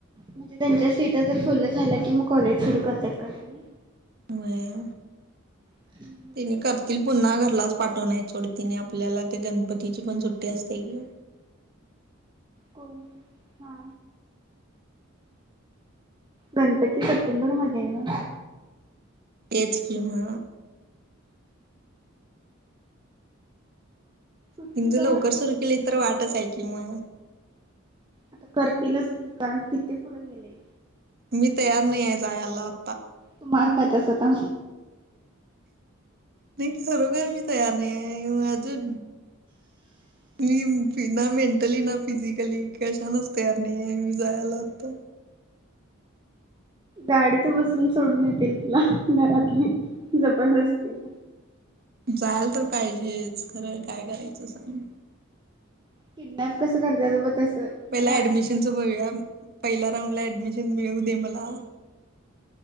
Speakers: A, on the right; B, on the right.
A: म्हणजे त्यांच्या सीटा जर फुल झाल्या की, मग कॉलेज सुरू करत्यात काय तेनी.
B: व्हय.
A: <inaudible>
B: तिने करतील पुन्हा घरलाच पाठवणा हायत सोड तिने आपल्याला, ते गणपतीची पण सुट्टी असते कि
A: कोण? हा. गणपती सप्टेंबर मध्ये ग.
B: तेच कि‌ म.
A: तुला
B: तिनी ज लवकर सुरू केली तर वाटच आहे की म.
A: आता करतीलच की, कारण किती पुढं गेलय.
B: मी तयार नाही हाय जायाला <unintelligible>
A: तू मार खात्यास आता.
B: मी खरोखर मी तयार नाहीये, माझ
A: <inaudible>
B: मी मी ना मेंटली ना फिजिकली कशानच तयार नाही हाय मी जायला आता.
A: गाडीत बसून सोडून येतील तुला, घरातली, जबरदस्तीन.
B: जायल तर पाहिजेच, खरं काय करायचं सांग?
A: किडनॅप कसं करत्यात ब तसं. तुला
B: पहिला ऍडमिशनच बघुया, पहिल्या राऊंड ला ऍडमिशन मिळू दे मला.